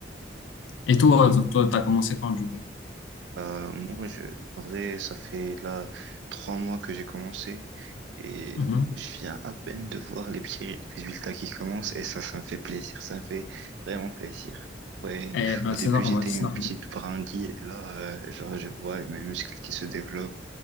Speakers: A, on the left; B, on the right.
A: Et toi,
B: Incroyable.
A: toi, t'as commencé quand du coup?
B: Euh, moi, je, en vrai, ça fait là trois mois que j'ai commencé et
A: Mhm.
B: je viens à peine de voir les petits résultats qui commencent et ça, ça me fait plaisir, ça me fait vraiment plaisir. Ouais,
A: Eh ben,
B: au
A: c'est
B: début,
A: normal,
B: j'étais
A: c'est
B: une
A: normal.
B: petite brindille et là, euh, genre, je vois mes muscles qui se développent